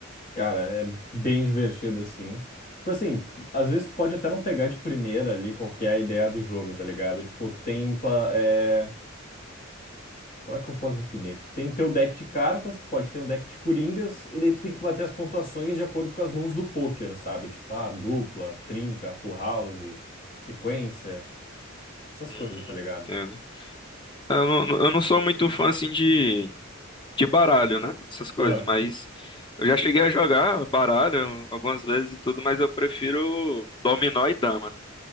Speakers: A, on the left; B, on the left.
A: Cara, é bem divertido assim. Tipo assim, às vezes tu pode até não pegar de primeira ali qual que é a ideia do jogo, tá ligado? Tipo, tu tem tua. É... Como é que eu posso definir? Tu tem teu deck de cartas, tu pode ter um deck de coringas, e daí tu tem que bater as pontuações de acordo com as mãos do poker, sabe? Tipo, ah, dupla, trinca, full house, sequência, essas
B: Hum,
A: coisas, tá ligado?
B: entendo. Eu não, eu não sou muito fã assim de, de baralho, né? Essas coisas,
A: Aham.
B: mas eu já cheguei a jogar baralho algumas vezes e tudo, mas eu prefiro dominó e dama.